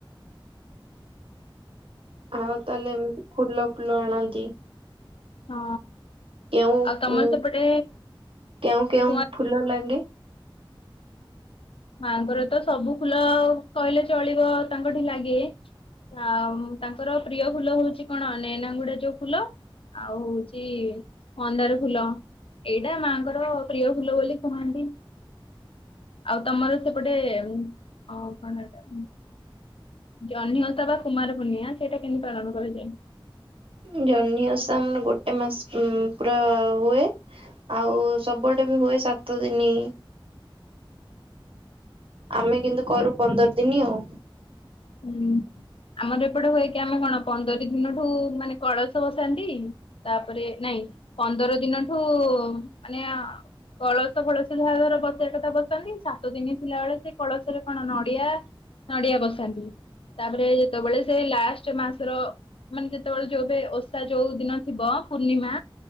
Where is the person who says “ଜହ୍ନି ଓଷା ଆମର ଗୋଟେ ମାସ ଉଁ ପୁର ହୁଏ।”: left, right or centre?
Right